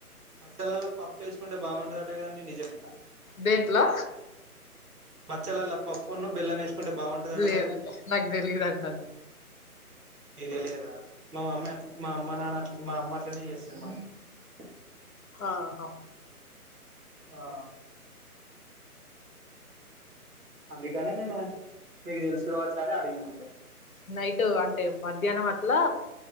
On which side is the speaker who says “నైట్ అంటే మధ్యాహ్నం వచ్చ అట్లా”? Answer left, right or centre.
Left